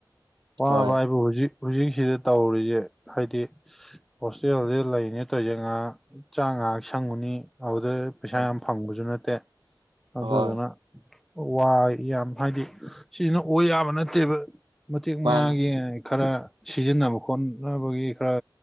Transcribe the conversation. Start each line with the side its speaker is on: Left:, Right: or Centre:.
Centre: ꯋꯥꯕ
Right: ꯍꯣꯏ
Centre: ꯍꯥꯏꯕꯨ ꯍꯧꯖꯤꯛ ꯍꯧꯖꯤꯛꯁꯤꯗ ꯇꯧꯔꯤꯖꯦ ꯍꯥꯏꯗꯤ ꯍꯣꯁꯇꯦꯜꯖꯤ ꯂꯩꯔꯤꯅꯤ ꯇꯥꯎꯏꯖꯦ ꯉꯍꯥꯛ ꯆꯥ ꯉꯍꯥꯛ ꯁꯪꯉꯨꯅꯤ ꯑꯗꯨꯗ ꯄꯩꯁꯥ
Right: ꯑ
Centre: ꯌꯥꯝ ꯐꯪꯕꯁꯨ ꯅꯠꯇꯦ ꯑꯗꯨꯗꯨꯅ
Right: ꯍꯣꯏ
Centre: ꯋꯥꯏ ꯌꯥꯝ ꯍꯥꯏꯗꯤ ꯁꯤꯖꯤꯅ ꯑꯣꯏ ꯌꯥꯕ ꯅꯠꯇꯦꯕ ꯃꯇꯦꯛ
Right: ꯃꯥꯅꯦ
Centre: ꯃꯌꯥꯒꯤ ꯈꯔ ꯁꯤꯖꯤꯟꯅꯕ ꯈꯣꯠꯅꯕꯒꯤ ꯈꯔ